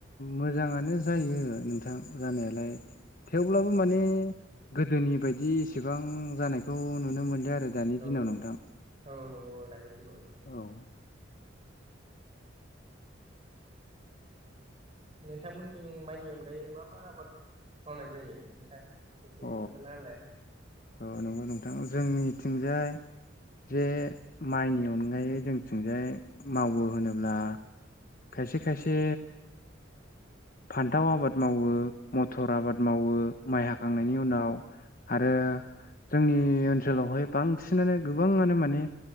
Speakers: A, on the left; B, on the right.
A: मोजाङानो जायो नोंथां जानायालाय थेवब्लाबो
B: अ
A: माने गोदोनि बायदि एसेबां जानायखौ नुनो मोनदों आरो दानि
B: औ
A: दिनाव नोंथां
B: औ नंगौ लायो दङ बिदिनो
A: औ
B: नोंथांमोनथिं माइनि अनगायै मा मा आबाद मावनाय जायो नोंथां एसे
A: अ
B: खोन्थाना होलाय
A: औ नंगौ नोंथां जोंनिथिंजाय जे माइनि अनगायै जोंथिंजाय मावो होनोब्ला खायसे खायसे फान्थाव आबाद मावो मथर आबाद मावो माइ हाखांनायनि
B: औ
A: उनाव आरो जोंनि ओनसोलावहाय बांसिनानो गोबाङानो माने